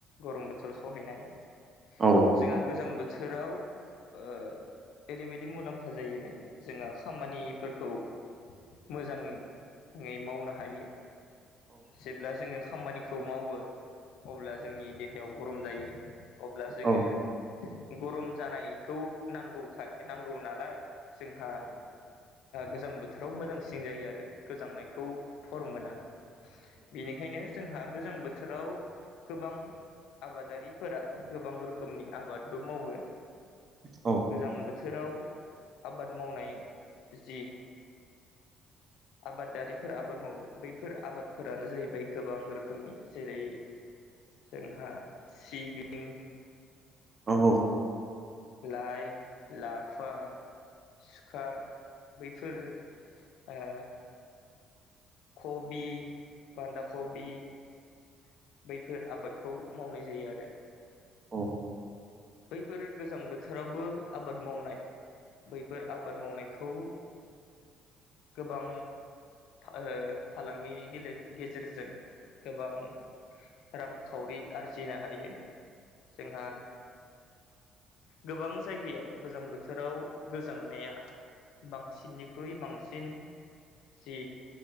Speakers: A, on the left (about 80°); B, on the right (about 35°).
A: गरम बोथोराव सहायनो हाया
B: औ
A: जोंहा गोजां बो थोराव ओरैबायदि मुलाम्फा जायो जोंहा खामानिफोरखौ मोजाङै मावनो हायो जेब्ला जोङो खामानिखौ मावो अब्ला जोंनि देहायाव गरम जायो अब्ला जोङो
B: औ
A: गरम जानायखौ नांगौखाय नांगौ नालाय जोंहा गोजां बोथोराव मोजांसिन जायो आरो गोजांनायखौ थर मोना बेनिखायनो जोंहा गोजां बोथोराव गोबां आबादारिफोरा गोबां रोखोमनि आबादबो मावो
B: औ
A: गोजां बो थोराव आबाद मावनाय जि आबादारिफोरा आबाद मावो बै फोर आबादफोरानो जाहैबाय गोबां रोखोमनि जेरै जोंहा सिबिं
B: औ
A: लाइ लाफा सुखा बैफोर ओ खबि बान्दाखबि बैफोर आबादखौ मावनाय जायो आरो
B: औ
A: बैफोर गोजां बोथोरावबो आबाद मावनाय बैफोर आबाद मावनायखौ गोबां ओ फालांगिनि गेजेरजों गोबां रांखावरि आरजिनो हायो जोंहा
B: <inaudible>
A: गोबां जायगायाव गोजां बोथोराव गोजांनाया बांसिननिख्रुइ बांसिन जि